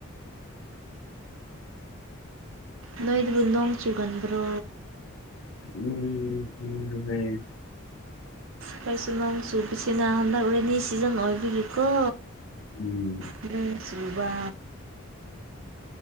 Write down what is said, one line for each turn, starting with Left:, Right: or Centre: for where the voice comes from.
Right: ꯅꯣꯏꯗꯨꯕꯨ ꯅꯣꯡ ꯆꯨꯒꯟꯕ꯭ꯔꯣ
Left: ꯎꯝ ꯎꯝ ꯂꯩ
Right: ꯈꯣꯏꯁꯨ ꯅꯣꯡ ꯆꯨꯕꯁꯤꯅ ꯍꯟꯗꯛ ꯔꯦꯟꯅꯤ ꯁꯤꯖꯟ ꯑꯣꯏꯕꯒꯤꯀꯣ
Left: ꯎꯝ
Right: ꯒ꯭ꯔꯤꯟ ꯆꯨꯕ